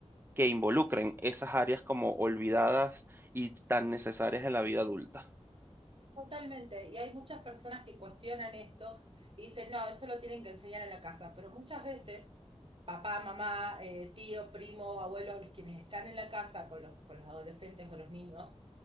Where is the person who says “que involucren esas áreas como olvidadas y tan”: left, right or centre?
Right